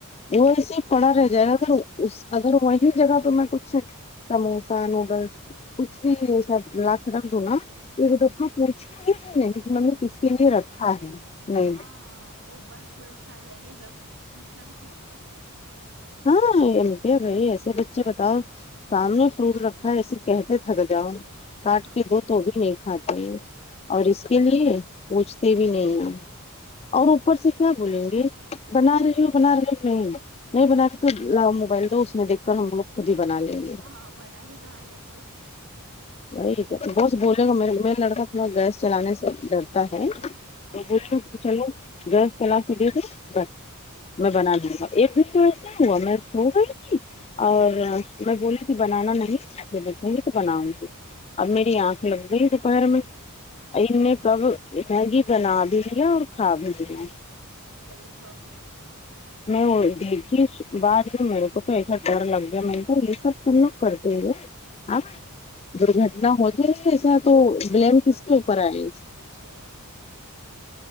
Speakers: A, on the left; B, on the right.
A: وہ ایسے ہی پڑا رہ جائے گا اگر اس اگر وہی جگہ پہ میں کچھ سموسا نوڈلس کچھ بھی ایسا لا کے رکھ دو نا ایک دفعہ پوچھی گی نے ہم نے کس کے لیے رکھا ہے نہیں
B: ہاں وہ بس ترنت کھاں جائے گے یہ سب پوچھنا بھی نہیں ہوتا
A: ہاں کیا بھائی ایسے بچے بتاؤ سامنے فروٹ رکھا ہے ایے کہتے تھک جاؤ کاٹ
B: ہاں
A: کے دو تو بھی نہیں کھاتے ہیں اور
B: صحیح
A: اس کے لیے پوچھتے بھی نہیں ہیں اور اوپر سے کیا بولیں گے بنا رہی ہ ہو بنا رہی ہو نہیں نہیں بنا کے تو لا موبائل دو اس میں دیکھ کر ہم لوگ خود ہی بنا لیں گے
B: ہاں ہاں بنا کے کھا لیں گے
A: وہی بس بولے گا میرا لڑکا تھوڑا گیس چلانے سے ڈرتا ہے تو
B: اچھا
A: بولے گا چلو گیس چلا کے دے دو بس میں بنا دوں گا ایک پھر تو ایسا ہوا میں سو گئی تھی اور میں بولی تھی بنانا نہیں جب اٹھوں گی تو بناؤں گی اب میری آنکھ لگ گئی ہے دوپہر میں ان نے کب میگی بنا بھی دیا اور کھا بھی دیا
B: ارے باب رہے
A: میں وہ دیکھی بعد میں میرے کو تو ایسا ڈر لگ گیا مینے کہاں تو یہ سب تم لوگ کرتےے ہاں درگھٹنا ہو جائے ایسا تو بلیم
B: کی
A: کس
B: بات
A: کے اوپر
B: ہے اتنے
A: آیے
B: چھوٹے
A: گا
B: بچے ہیں وہ